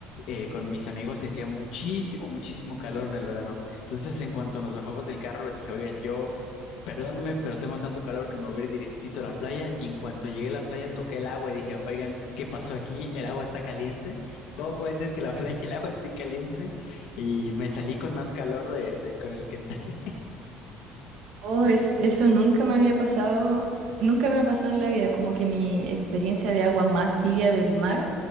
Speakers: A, on the left; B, on the right.
A: eh, con mis amigos y hacía muchísimo, muchísimo calor en el verano. Entonces, en cuanto nos bajamos del carro, les dije, oigan, yo Perdónenme, pero tengo tanto calor que me voy a ir directito a la playa y en cuanto llegué a la playa toqué el agua y dije, oigan, ¿qué pasó aquí? El agua está caliente. ¿Cómo puede ser que la <laughs> playa y el agua esté caliente? Y me salí con más calor de, de- con el que entré.
B: Oh, es, eso nunca me había pasado, nunca me ha pasado en la vida, como que mi experiencia de agua más tibia del mar